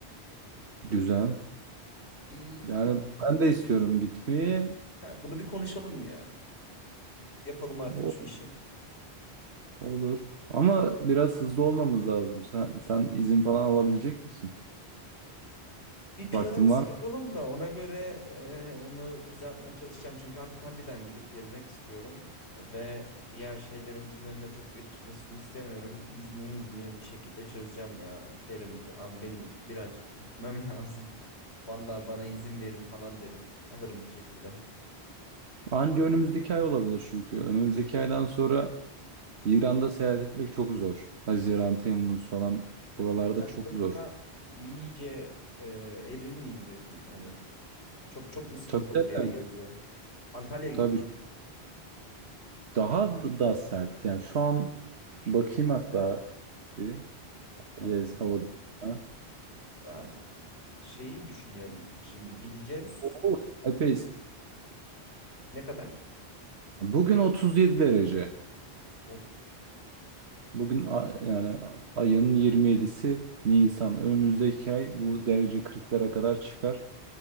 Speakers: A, on the right; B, on the left.
A: güzel.
B: Bir,
A: Yani ben de istiyorum gitmeyi.
B: ha, bunu bir konuşalım mı ya? Yapalım artık
A: O
B: şu işi.
A: olur. Ama biraz hızlı olmamız lazım. Sen sen izin falan alabilecek misin?
B: Bir planımızı
A: Vaktin var mı?
B: yapalım da ona göre e, onu düzeltmeye çalışacağım. Çünkü artık harbiden gidip gezmek istiyorum. Ve diğer şeylerin bunun önüne çok geçmesini istemiyorum. İznim izni bir şekilde çözeceğim ya. Derim abi benim birazcık gitmem <laughs> lazım. Vallahi bana izin verin falan derim. Alırım bir şekilde.
A: Anca önümüzdeki ay olabilir çünkü. Önümüzdeki aydan sonra İran'da seyahat etmek çok zor. Haziran, Temmuz falan buralarda
B: Sıcaklıkta
A: çok zor.
B: iyice e, erir miyiz diyorsun hani. Çok çok mu sıkıntı
A: Tabii
B: olur ya
A: tabii.
B: yazı? Antalya gibi
A: Tabii
B: mi?
A: daha da sert. Yani şu an bakayım hatta bir.
B: Tamam.
A: Yes, havada. Ha?
B: Ben şeyi düşünüyorum. Şimdi gideceğiz.
A: Oo, Epey.
B: Ne kadar?
A: Bugün 37 derece.
B: Of.
A: Bugün a- yani a- ayın 27'si Nisan. Önümüzdeki ay bu derece 40'lara kadar çıkar.